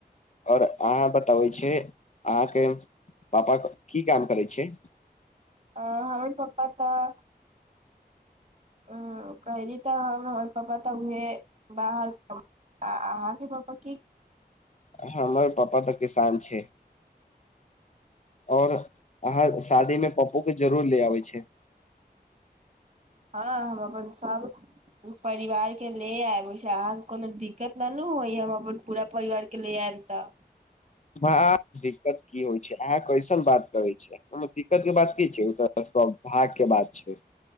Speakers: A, on the left; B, on the right.
A: आओर अहाँ बता तऽ ओइ छै अहाँके पापा की काम करै छै
B: आ हमर पप्पा तऽ ह कहली तऽ हम हमर पापा तऽ उहे बाहर कमबै आ अहाँके पापा की
A: हमर पापा तऽ किसान छै और अहाँ शादीमे पप्पो के जरूर ले आबै छै
B: हँ हम अपन सब
A: <inaudible>
B: परिवार के ले आयब ओहिसे अहाँके कोनो दिक्कत न नु होय हम अपन पूरा परिवार के ले आयम तऽ
A: म्हा दिक्कत की होइ छै अहाँ कैसन बात करै छियै ओमे दिक्कत के बात की छै ओ त सौभाग्य के बात छै